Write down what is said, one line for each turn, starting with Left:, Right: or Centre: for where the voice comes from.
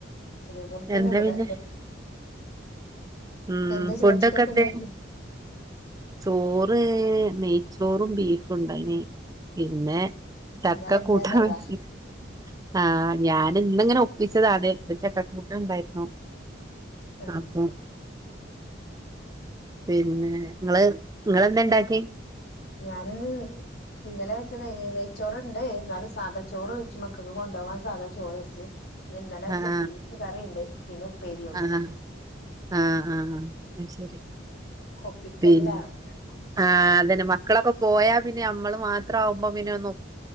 Left: അതേപോലെ തന്നെ
Right: എന്താ
Left: ഇവിടെ
Right: പിന്നെ ഉം
Left: എന്താ
Right: ഫുഡൊക്കെ
Left: ചോറ്റിക്കൊക്കെ
Right: എന്തേ
Left: ഉണ്ടാക്കി
Right: ചോറ് മീ ച്ചോറും ബീഫുണ്ടായ്നീ പിന്നെ ചക്ക
Left: ഇന്നലെ എന്റേത്
Right: കൂട്ടാൻ
Left: അതാ
Right: വെച്ച് ആഹ് ഞാന് ഇന്ന് അങ്ങനെ ഒപ്പിച്ചതാണ് അതെ ഇന്ന് ചക്കക്കൂട്ടാൻ ഇണ്ടായിരുന്നു
Left: ആഹ്
Right: അപ്പൊ- പിന്നെ ഇങ്ങള് ഇങ്ങെളെന്ത്‌ ഇണ്ടാക്കി
Left: ഞാന് ഇന്ന്- ഇന്നലെ വെച്ച നെയ് നെയ്ച്ചോറ്ണ്ട് എന്നാലും സാധാ ചോറ് വെച്ച് മക്കക്ക് കൊണ്ടോവാൻ സാധാ ചോറ് വെച്ച് പിന്നെ ഇന്നലെ വെച്ച
Right: ആഹ്
Left: ബീഫ് കറീയിണ്ട് പിന്നെ ഉപ്പേരി ഉണ്ടാക്കി
Right: ആഹ് ആഹ് ആഹ് ആഹ് അത് ശെരി
Left: കൊപ്പിക്കല്ലാണ്
Right: ഉം
Left: എല്ലാർക്കും
Right: ആഹ് അതന്നെ മക്കളൊക്കെ പോയാ പിന്നെ നമ്മള് മാത്രാവുമ്പോ പിന്നെ നോ